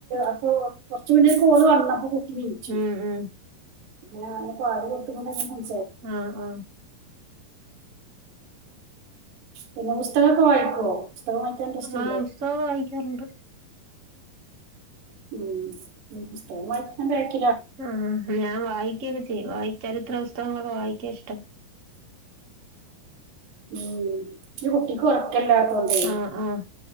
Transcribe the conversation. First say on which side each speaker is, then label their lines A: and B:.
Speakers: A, on the right; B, on the right.
A: അപ്പൊ കൊറച്ച് മു ന്നെ ഒരു കോള് വന്നപ്പോ വിളിച്ചു
B: ഉം ഉം
A: പിന്നെ പാടി കൊടുത്ത കൊണ്ട <inaudible>
B: ആഹ ആഹ
A: പിന്നെ പുസ്തകമൊക്കെ വായിക്കുവോ പുസ്തകം വായിക്കാൻ ഇൻട്രസ്റ്റ് ഉണ്ടോ
B: ആഹ് പുസ്തകം വായിക്കാറുണ്ട്
A: ഉ പുസ്തകം വായിക്കാ <inaudible>
B: ആഹ ഞാൻ വായി ക്കെ ചെയ്യും വായി ചരിത്ര പുസ്തകങ്ങളൊക്കെ വായിക്കാ ഇഷ്ടം
A: ഉം ഇ കുട്ടിക്ക് ഉറക്കല്ലാത്തോണ്ടെ
B: ആഹ് ആഹ്